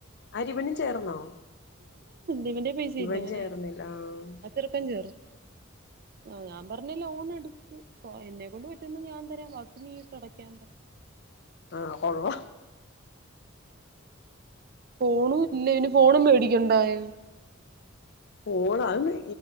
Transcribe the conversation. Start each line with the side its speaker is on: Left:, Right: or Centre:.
Left: അരിവനും ചേർന്നോ
Right: അീവന്റെ പൈസ
Left: ഇവൻ
Right: ഇല്ല അങ്ങനെ
Left: ചേർന്നില്ല ആഹ്
Right: അ തീർക്കാൻ ചോറും ആ ഞാൻ പറഞ്ഞ ലോൺ എടുക്കും എന്നെക്കൊണ്ട് പറ്റന്ന് ഞാൻ തരാം ബാക്കി ടക്കൻ
Left: ആഹ കൊള്ളാ
Right: ഓളും ഇല്ലേനും 'പ്പ ഓളും മേടിക്കും എന്തായാലും
Left: പോഓണ അന്ന്